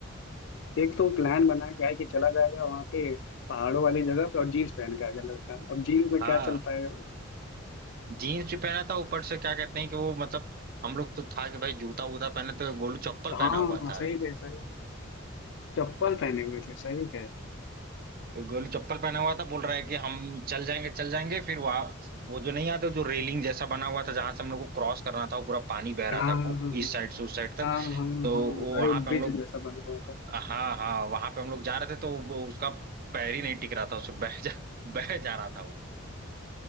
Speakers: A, on the left; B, on the right.
A: एक तो प्लान बना के आया कि चला जाएगा वहां पे पहाड़ों वाली जगह पे और जीन्स पहन के आ गया लड़का अब जीन्स में
B: हाँ
A: क्या चल पाएगा वो
B: जीन्स भी पहना था ऊपर से क्या कहते हैं कि वो मतलब हम लोग तो था कि भाई जूता वूता पहने तो गोलू चप्पल पहना
A: हाँ
B: हुआ था
A: सही है सही चप्पल पहने हुए थे सही है
B: गोलू चप्पल पहना हुआ था बोल रहा है कि हम चल जाएंगे चल जाएंगे फिर वहां वो जो नहीं आता जो रेलिंग जैसा बना हुआ था जहां से हम लोग को क्रॉस करना था वो पूरा पानी बह रहा
A: हाँ
B: था
A: हाँ
B: खूब इस साइड से उस साइड तक
A: हाँ हाँ हाँ
B: तो
A: हाँ।
B: वो
A: अरे
B: वहां
A: वो
B: पे
A: ब्रिज
B: हम लोग
A: जैसा बना हुआ था
B: हाँ हाँ वहां पे हम लोग जा रहे थे तो वो उसका पैर ही नहीं टिक रहा था उससे बह जा <laughs> बह जा रहा था वो